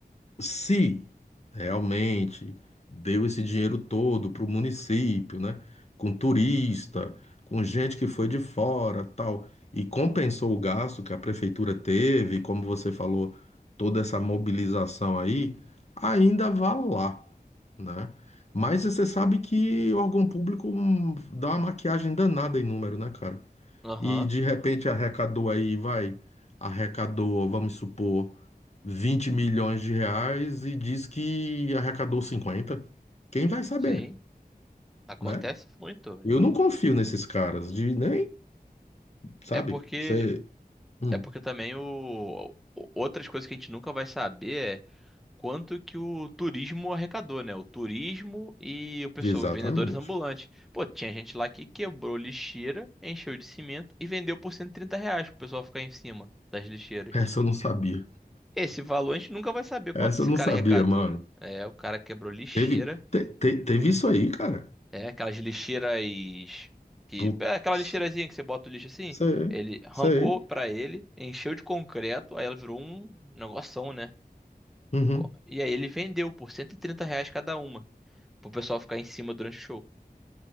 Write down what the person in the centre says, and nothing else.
Aham,
sim, acontece
muito, velho.
É porque
é porque também o o- outras coisas que a gente nunca vai saber quanto que o turismo arrecadou, né? O turismo e o pessoal,
os vendedores ambulantes. Pô, tinha gente lá que quebrou lixeira, encheu de cimento e vendeu por 130 reais pro pessoal ficar em cima das lixeiras.
Esse valor a gente nunca vai saber
quanto esse
cara
arrecadou.
É, o cara quebrou lixeira.
É, aquelas lixeiras que...
É aquela lixeirazinha que você bota o lixo assim.
Ele arrancou
pra ele, encheu de concreto, aí ela virou um negoção, né?
Co- E aí ele vendeu por 130 reais cada uma. pro pessoal ficar em cima durante o show.